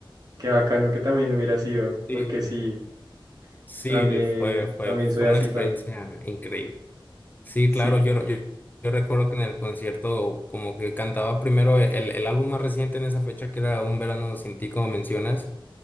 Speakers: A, on the right (about 45°); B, on the left (about 20°).
A: Qué bacano que también hubiera sido,
B: sí.
A: porque sí,
B: Sí,
A: también,
B: fue, fue,
A: también soy
B: fue
A: así
B: una experiencia
A: fan.
B: increíble. Sí,
A: Sí.
B: claro, yo, yo, yo recuerdo que en el concierto como que cantaba primero el, el álbum más reciente en esa fecha que era Un Verano Sin Ti, como mencionas